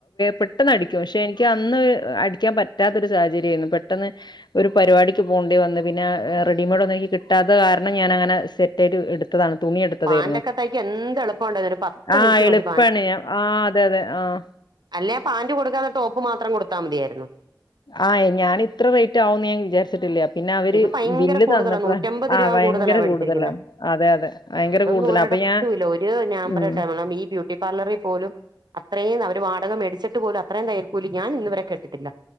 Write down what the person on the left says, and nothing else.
പെട്ടെന്ന് അടിക്കും പക്ഷെ എനിക്ക് അന്ന് അടിക്കാൻ പറ്റ പറ്റാത്ത ഒരു സാഹചര്യാരുന്നു പെട്ടെന്ന് ഒരു പരിപാടിക്ക് പോകേണ്ടി വന്നന്ന് പിന്നെ റിട്ടൺ റെഡിമേഡ ഒന്നുംകിട്ടാത്ത കാരണം ഞാാന അങ്ങനെ സെറ്റ് ആയിട്ട്ടുത്ത ത്താണ് തുണി എടുത്തതായിരുന്നു
ആ
എളുപ്പാണ്
ഞാ ആ അതെ അതെ ആഹ
ആ ഞാൻ ഇത്ര റേറ്റ് ആവുംന്ന് ഞാൻ വിചാരിച്ചിട്ടില്ല പിന്നെ അവര്
ബില്
തന്നപ്പളാ
ആ
ഭയങ്കര
കൂടുതലാണ് അതെ അതെ ഭയങ്കര
കൂടുതലാ.
അപ്പൊ ഞാൻ
ഉം